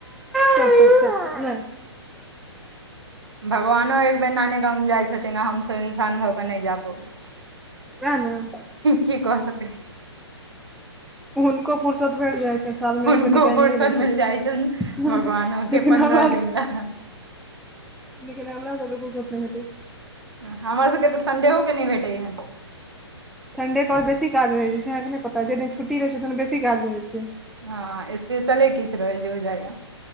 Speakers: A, in the centre; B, on the right.
A: है नै।
B: भगवानो एक बेर नानी गाम जाइत छथिन। आ हमसभ। इंसान भऽ कऽ नहि जा पबैत छी।
A: वह न।
B: की कह सकै छी।
A: हुनको फुरसत भेट जाइ। छैन। साल
B: हुनको
A: मे एक बेर निकालिय
B: फुर्सत
A: लै छथिन
B: मिल जाइ छनि भगवानो के
A: लेकिन
B: पन्द्रह
A: हमरा।
B: दिन लए
A: लेकिन हमरा सभ के फुरशत नै भेटैत छै।
B: हमर सभके तऽ संडे को हे नहि भेटैए य।
A: संडे के आओर बेसी काज रहै छै। अहाँके। नहि पता जेहि दिन छुट्टी रहै छै। ओहि दिन बेसी काज रहै छै।
B: हाँ स्पेशले किछ रहै छै। हो बुझाइया।